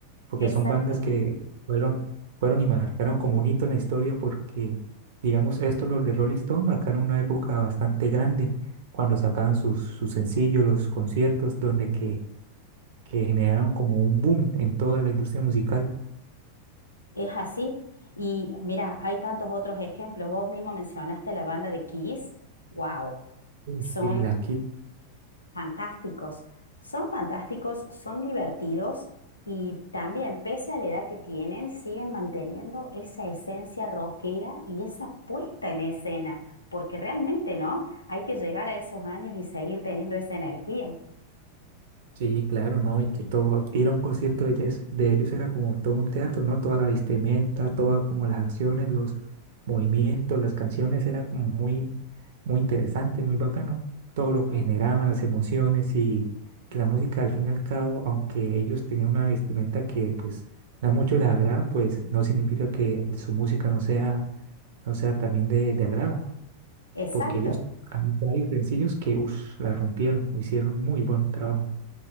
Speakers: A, on the right (about 55°); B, on the left (about 80°).
A: porque
B: Exacto,
A: son bandas que fueron, fueron y marcaron como un hito en la historia porque, digamos, estos los de Rolling Stone marcaron una época bastante grande cuando sacaban sus, sus sencillos, los conciertos, donde que, que generaron como un boom en toda la industria musical.
B: es así. Y mira, hay tantos otros ejemplos. Vos mismo mencionaste la banda de Kiss. Wow,
A: Uy,
B: son
A: Y la,
B: Fantásticos. Son fantásticos, son divertidos y también, pese a la edad que tienen, siguen manteniendo esa esencia rockera y esa puesta en escena, porque realmente, ¿no? Hay que llegar a esos años y seguir teniendo esa energía.
A: Sí, claro, ¿no? Y que todo, ir a un concierto de ellas, de ellos era como todo un teatro, ¿no? Toda la vestimenta, todas como las acciones, los movimientos, las canciones, era como muy, muy interesante, muy bacano. Todo lo que generaban, las emociones y que la música al fin y al cabo, aunque ellos tenían una vestimenta que pues no mucho les agrada, pues no significa que su música no sea, no sea también de, de agrado,
B: Exacto.
A: porque ellos, hay varios sencillos que, uff, la rompieron, hicieron muy buen trabajo.